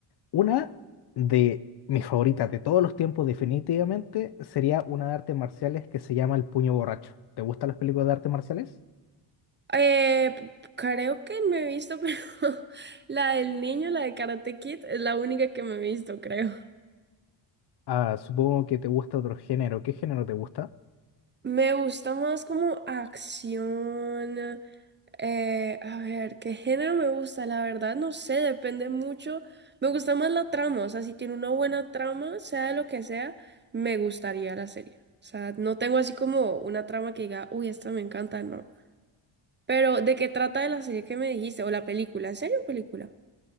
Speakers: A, on the left; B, on the right.
A: Una de mis favoritas de todos los tiempos, definitivamente, sería una de artes marciales que se llama El Puño Borracho. ¿Te gustan las películas de artes marciales?
B: Eh, p- creo que me he visto, <laughs> pero la del niño, la de Karate Kid, es la única que me he visto, creo.
A: Ah, supongo que te gusta otro género. ¿Qué género te gusta?
B: Me gusta más como acción. eh, a ver, ¿qué género me gusta? La verdad, no sé, depende mucho. Me gusta más la trama, o sea, si tiene una buena trama, sea de lo que sea, me gustaría la serie. O sea, no tengo así como una trama que diga, uy, esta me encanta, no. Pero, ¿de qué trata de la serie que me dijiste? O la película, ¿en serio película?